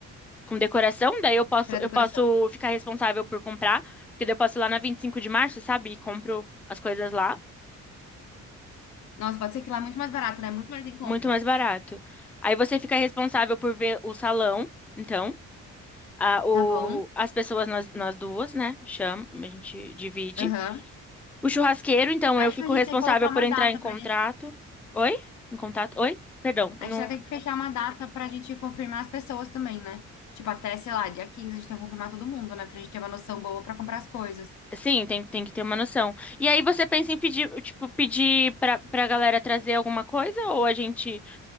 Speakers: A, in the centre; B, on the left.
A: com decoração. Daí eu posso,
B: Pra
A: eu
B: decoração.
A: posso ficar responsável por comprar, porque daí eu posso ir lá na 25 de março, sabe? E compro as coisas lá,
B: Nossa, pode ser que lá é muito mais barato, né? Muito mais em conta.
A: muito mais barato. Aí você fica responsável por ver o salão, então, a, o,
B: Tá bom.
A: as pessoas nós, nós duas, né? Chama, a gente divide.
B: Aham.
A: O churrasqueiro, então,
B: Acho
A: eu fico
B: que a gente
A: responsável
B: tem que colocar uma
A: por entrar
B: data
A: em contrato.
B: pra gente.
A: Oi? Em contato? Oi? Perdão,
B: A
A: eu não...
B: gente vai ter que fechar uma data pra gente confirmar as pessoas também, né? Tipo, até, sei lá, dia 15 a gente tem que confirmar todo mundo, né? Pra gente ter uma noção boa pra comprar as coisas.
A: Sim, tem, tem que ter uma noção. E aí você pensa em pedir, tipo, pedir pra, pra galera trazer alguma coisa ou a gente